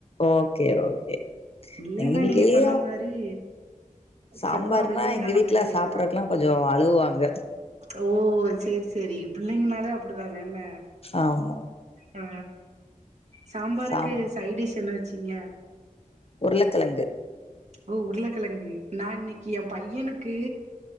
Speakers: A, on the left (about 45°); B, on the right (about 55°).
A: ஓகே ஓகே
B: இல்லைன்னா
A: எங்க வீட்டுலையு
B: நீங்க சொன்ன மாரி
A: சாம்பார்னா
B: செவ்வா வெள்ளினா
A: எங்க
B: நம்மளுக்கு
A: வீட்டுல
B: கிளிக்கு
A: சாப்பறதுக்கெல்லா
B: தா ஆகு
A: கொஞ்ச அழுவாங்க
B: ஓ சரி சரி பிள்ளைங்கனாலே அப்படிதான என்ன
A: ஆமா
B: ஆ சாம்பாருக்கு
A: சாம்
B: சை டிஷ் என்ன வச்சீங்க
A: உருளக்கேலங்கு
B: ஓ உருளக்கிழங்கு நா இன்னக்கி ஏ பையனுக் கு